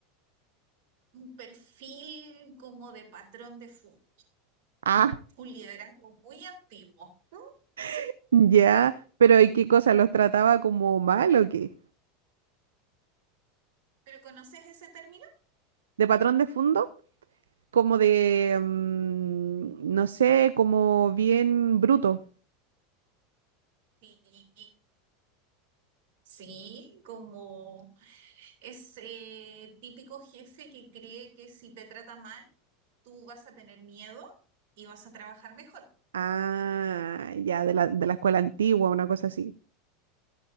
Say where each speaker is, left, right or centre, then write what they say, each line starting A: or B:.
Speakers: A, on the right; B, on the right.
A: un perfil como de patrón de fútbol,
B: Ah,
A: un liderazgo muy antiguo. Mm, Sí,
B: <laughs> ya.
A: sí.
B: Pero ¿y qué cosa? ¿Los trataba como mal o qué?
A: ¿Pero conoces ese término?
B: ¿De patrón de fondo? Como de,
A: Ujú.
B: mm, no sé, como bien bruto.
A: Sí, sí, como Es eh, típico jefe que cree que si te trata mal, tú vas a tener miedo y vas a trabajar mejor.
B: Ah, ya, de la, de la escuela antigua, una cosa así.